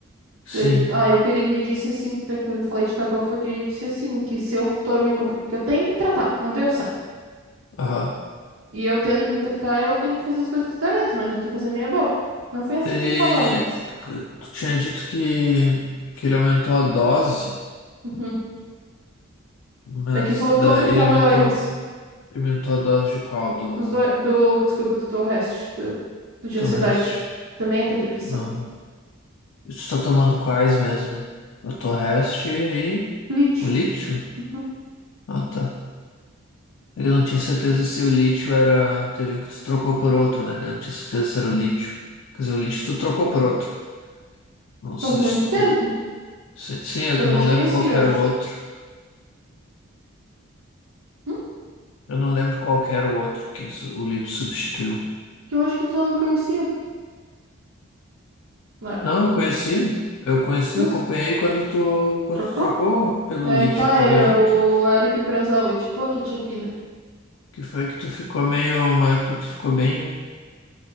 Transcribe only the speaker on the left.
Sim.
Aham.
Ele.
Tu tinha dito que, que ele aumentou a dose,
mas
daí
ele
aumentou,
aumentou a dose de qual? Do,
do
Rest.
Ah. E Tu tá tomando quais mesmo? Eu tô Rest e
o lítio?
Ah, tá. Ele não tinha certeza se o lítio era. Teve o que tu trocou por outro, né? Ele não tinha certeza se era o lítio. Quer dizer, o lítio tu trocou por outro. Não substitu...
Sim, sim, é
que
eu
não
lembro
qual que
era
o outro.
Eu não lembro qual que era o outro que su- o Leeds substituiu.
Não, eu conheci. Eu conheci,
eu acompanhei quando tu, quando
tu trocou pelo
Leeds,
eu tava
junto.
Que foi que tu ficou meio, uma época tu ficou bem,